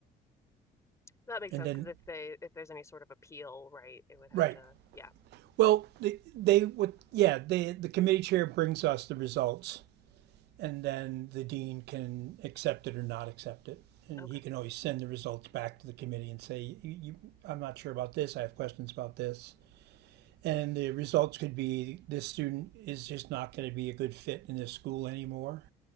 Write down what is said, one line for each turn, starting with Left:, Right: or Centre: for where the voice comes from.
Left: That makes
Right: And
Left: sense
Right: then,
Left: because if they if there's any sort of appeal, right, it would have
Right: right.
Left: to, yeah.
Right: Well, they, they would, yeah, they, the committee chair brings us the results and then the dean can accept it or not accept it. And
Left: Okay,
Right: he can always send the results back to the committee and say, you, you, I'm not sure about this. I have questions about this. And the results could be this student is just not going to be a good fit in this school anymore